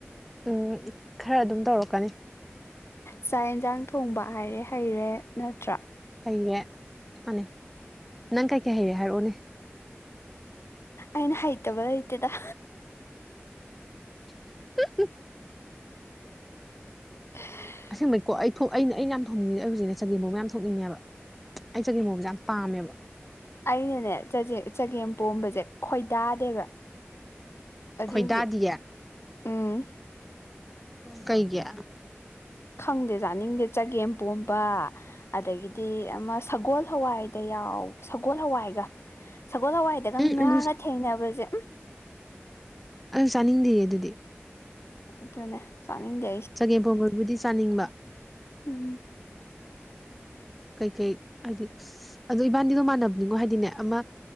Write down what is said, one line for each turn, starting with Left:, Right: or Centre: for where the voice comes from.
Centre: ꯎꯝ ꯈꯔ ꯑꯗꯨꯝ ꯇꯧꯔꯛꯀꯅꯤ
Left: ꯆꯥꯛ ꯌꯦꯟꯁꯥꯡ ꯊꯣꯡꯕ ꯍꯥꯏꯔꯦ ꯍꯩꯔꯦ ꯅꯠꯇ꯭ꯔꯥ
Centre: ꯍꯩꯔꯦ ꯃꯥꯅꯦ ꯅꯪ ꯀꯩꯀꯩ ꯍꯩꯔꯦ ꯍꯥꯏꯔꯛꯑꯣꯅꯦ
Left: ꯑꯩꯅ ꯍꯩꯇꯕ ꯂꯩꯇꯦꯗ
Centre: <unintelligible>
Left: ꯎ <unintelligible>
Centre: ꯑꯁꯦꯡꯕꯩꯀꯣ ꯑꯩ ꯑꯩꯅ ꯑꯩꯅ ꯌꯥꯝ ꯊꯣꯛꯅꯤꯡꯉꯦ ꯑꯩ ꯍꯧꯖꯤꯛꯁ‌ꯦ ꯆꯒꯦꯝ ꯄꫭꯝꯕ ꯌꯥꯝ ꯊꯣꯛꯅꯤꯡꯉꯦꯕ ꯑꯩ ꯆꯒꯦꯝ ꯃꯣꯕꯁꯦ ꯌꯥꯝ ꯄꯥꯝꯃꯦꯕ
Left: ꯑꯩꯅꯅꯦ ꯆꯖꯦ ꯆꯒꯦꯝ ꯄꯣꯝꯕꯁꯦ ꯈꯣꯏꯗꯥꯗꯦꯕ ꯑꯗꯨꯒꯤ
Centre: ꯈꯣꯏꯗꯥꯗꯤꯌꯦ
Left: ꯎꯝ
Centre: ꯀꯩꯒꯤ
Left: ꯈꯪꯗꯦ ꯆꯥꯅꯤꯡꯗꯦ ꯆꯒꯦꯝꯄꯣꯝꯕ ꯑꯗꯒꯤꯗꯤ ꯑꯃ ꯁꯒꯣꯜ ꯍꯋꯥꯏꯗ ꯌꯥꯎ ꯁꯒꯣꯜ ꯍꯋꯥꯏꯗ ꯌꯥꯎ ꯁꯒꯣꯜ ꯍꯋꯥꯏꯒ ꯁꯒꯣꯜ ꯍꯋꯥꯏꯗꯒ
Centre: ꯑꯗꯨ
Left: ꯉꯥꯒ ꯊꯦꯡꯅꯕꯁꯦ
Centre: ꯑꯩꯁꯨ ꯆꯥꯅꯤꯡꯗꯦꯌꯦ ꯑꯗꯨꯗꯤ
Left: ꯎꯠꯇꯅꯦ ꯆꯅꯤꯡꯗꯤ
Centre: ꯆꯒꯦꯝꯄꯣꯝꯕꯕꯨꯗꯤ ꯆꯥꯅꯤꯡꯕ
Left: ꯎꯝ
Centre: ꯀꯩꯀꯩ ꯍꯥꯏꯗꯤ ꯑꯗꯣ ꯏꯕꯥꯅꯤꯗꯣ ꯃꯥꯟꯅꯕꯅꯤꯉꯣ ꯍꯥꯏꯗꯤꯅꯦ ꯑꯃ